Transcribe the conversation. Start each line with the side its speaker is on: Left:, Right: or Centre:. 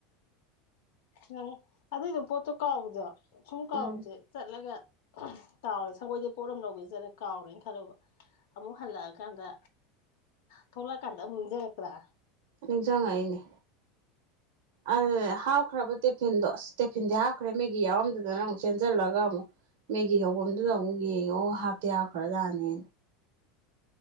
Left: ꯅꯪ ꯑꯗꯨꯏꯗꯣ ꯄꯣꯠꯇꯣ ꯀꯥꯎꯕꯗꯣ ꯁꯨꯝ ꯀꯥꯎꯕꯁꯦ
Right: ꯎꯝ
Left: ꯆꯠꯂꯒ ꯀꯥꯎꯔꯦ ꯁꯪꯒꯣꯏꯗꯩ ꯄꯣꯠ ꯑꯝ ꯂꯧꯒꯦ ꯆꯠꯂ ꯀꯥꯎꯔꯦꯅ ꯈꯜꯂꫭꯕ ꯑꯃꯨꯛ ꯍꯜꯂꯛꯑꯀꯥꯟꯗ ꯊꯣꯛꯂꯛꯑꯀꯥꯟꯗ ꯑꯃꯨꯛ ꯅꯤꯡꯖꯪꯉꯛꯄꯔ
Right: ꯅꯤꯡꯖꯪ ꯉꯛꯏꯅꯦ ꯑꯗꯨꯅꯦ ꯍꯥꯥꯞꯈ꯭ꯔꯕ ꯇꯦꯐꯤꯟꯗꯣ ꯑꯁ ꯇꯦꯐꯤꯟꯗꯤ ꯍꯥꯞꯈ꯭ꯔꯦ ꯃꯦꯒꯤ ꯌꯥꯎꯔꯝꯗꯗꯅ ꯑꯃꯨꯛ ꯆꯦꯟꯖꯜꯂꯒ ꯑꯃꯨꯛ ꯃꯦꯒꯤ ꯍꯧꯕꯝꯗꯨꯗ ꯑꯃꯨꯛ ꯌꯦꯡꯉꯣ ꯍꯥꯞꯇꯤ ꯍꯥꯞꯈꯔ ꯖꯥꯠꯅꯦ